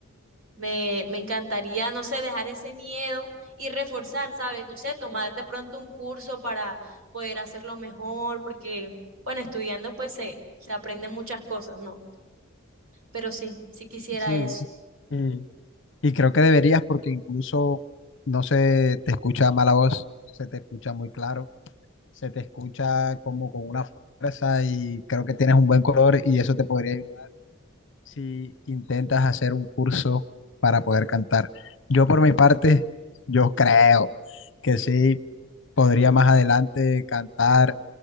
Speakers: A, on the right; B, on the left.
A: me, me encantaría, no sé, dejar ese miedo y reforzar, ¿sabes? No sé, tomar de pronto un curso para poder hacerlo mejor, porque, bueno, estudiando pues se, se aprenden muchas cosas, ¿no? Pero sí, sí quisiera
B: Sí,
A: eso.
B: y Y creo que deberías porque incluso no se te escucha mala voz, se te escucha muy claro, se te escucha como con una fuerza y creo que tienes un buen color y eso te podría ayudar si intentas hacer un curso para poder cantar. Yo por mi parte, yo creo que sí podría más adelante cantar